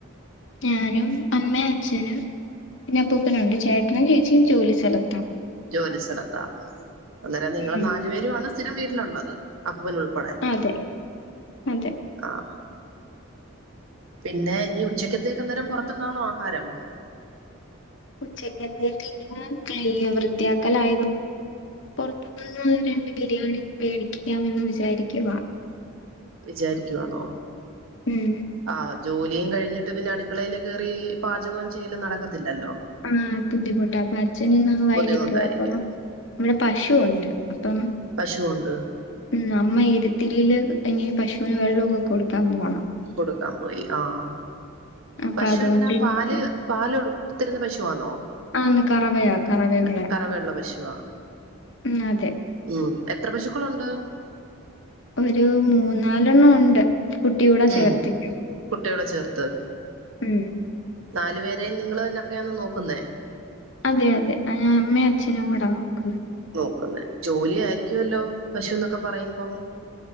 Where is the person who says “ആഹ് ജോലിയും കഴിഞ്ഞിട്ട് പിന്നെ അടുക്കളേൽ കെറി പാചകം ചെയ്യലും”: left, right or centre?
Right